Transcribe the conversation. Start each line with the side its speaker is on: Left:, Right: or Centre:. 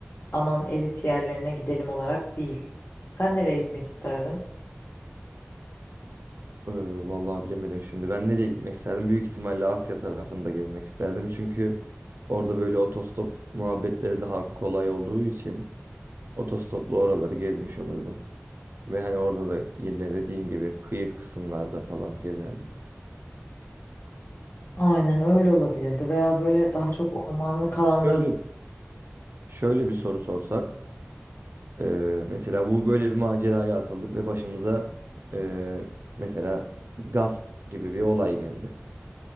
Left: aman elit yerlerine gidelim olarak değil. Sen nereye gitmek isterdin?
Right: Ee, vallahi bilemedim şimdi. Ben nereye gitmek isterdim? Büyük ihtimalle Asya tarafında gezmek isterdim. Çünkü orada böyle otostop muhabbetleri daha kolay olduğu için otostopla oraları gezmiş olurdum. Ve hani orada da yine dediğin gibi kıyı kısımlarda falan gezerdim.
Left: Aynen öyle olabilirdi veya böyle daha çok ormanlık alanların
Right: öyle Şöyle bir soru sorsak, e, mesela bu böyle bir maceraya atıldık ve başımıza e, mesela gasp gibi bir olay geldi.